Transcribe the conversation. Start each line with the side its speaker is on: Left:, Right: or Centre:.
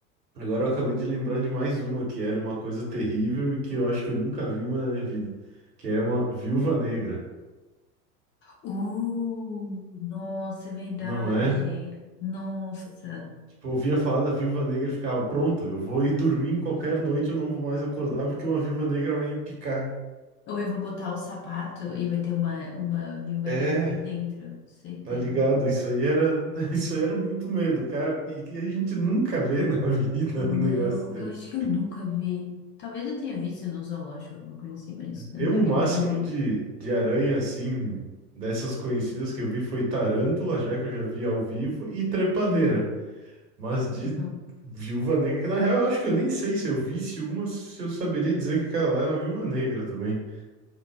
Right: Agora eu acabei de lembrar de mais uma que era uma coisa terrível e que eu acho que eu nunca vi uma na minha vida, que é uma viúva negra,
Left: Uh, nossa, é verdade.
Right: não é?
Left: Nossa.
Right: Tipo, eu ouvia falar da viúva negra e ficava, pronto, eu vou ir dormir em qualquer noite, eu não vou mais acordar porque uma viúva negra vai me picar.
Left: Ou eu vou botar o sapato e vai ter uma, uma viúva
Right: É,
Left: negra ali dentro, certeza.
Right: Tá ligado? Isso aí era, <laughs> isso aí era muito medo, cara. E que a gente nunca vê na <laughs> vida
Left: Não,
Right: um negócio desse.
Left: eu acho que eu nunca vi. Talvez eu tenha visto no zoológico, alguma coisa assim, mas não
Right: Eu,
Left: que
Right: o
Left: eu me
Right: máximo
Left: lembre.
Right: de, de aranha, assim, dessas conhecidas que eu vi foi tarântula, já que eu já vi ao vivo, e trepadeira.
Left: Uhum,
Right: Mas de
Left: uhum.
Right: viúva negra, que na real eu acho que eu nem sei se eu visse uma, se eu saberia dizer que aquela lá é uma viúva negra também.